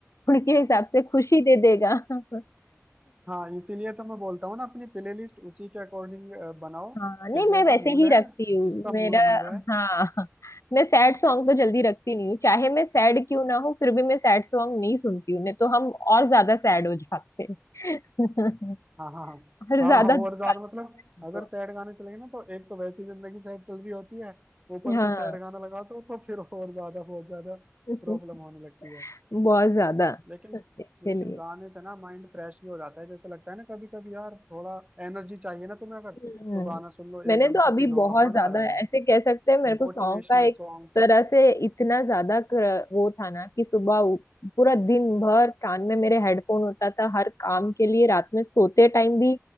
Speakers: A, on the left; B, on the right.
A: मूड के हिसाब से खुशी दे देगा <laughs>
B: हाँ इसीलिए तो मैं बोलता हूँ ना अपनी प्लेलिस्ट उसी के अकॉर्डिंग बनाओ
A: हाँ नहीं
B: कि जैसा
A: मैं वैसे
B: मूड
A: ही
B: है
A: रखती हूँ
B: जिसका
A: मेरा
B: मूड बन रहा है
A: हाँ मैं सैड सॉन्ग तो जल्दी रखती नहीं हूँ चाहे मैं सैड क्यों ना हो फिर भी मैं सैड सॉन्ग नहीं सुनती हूँ नहीं तो हम और ज्यादा सैड हो जाते हैं। <laughs>
B: हाँ हाँ हाँ
A: और ज्यादा
B: हाँ हाँ, और
A: दुख
B: ज्यादा
A: आता
B: मतलब
A: है हमको।
B: अगर सैड गाने चलेंगे ना तो एक तो वैसी जिंदगी सैड चल रही होती है ऊपर
A: हाँ
B: से सैड गाना लगा दो तो फिर और ज्यादा बहुत ज्यादा
A: <laughs>
B: प्रॉब्लम होने लगती है
A: बहुत ज्यादा
B: लेकिन
A: इसके
B: लेकिन
A: लिए
B: गाने से ना माइंड फ्रेश भी हो जाता है जैसे लगता है ना कभी कभी यार थोड़ा एनर्जी चाहिए ना तुम्हें अगर तो
A: हम्म,
B: गाना सुन लो
A: मैंने
B: एकदम
A: तो
B: से
A: अभी
B: फील होगा
A: बहुत
B: मजा
A: ज्यादा
B: आ जाएगा
A: ऐसे कह सकते हैं मेरे
B: Motivational
A: को सॉन्ग का एक
B: songs
A: तरह से इतना ज्यादा क्र- वो था ना कि सुबह उ- पूरा दिन भर कान में मेरे हेडफोन होता था हर काम के लिए रात में सोते टाइम भी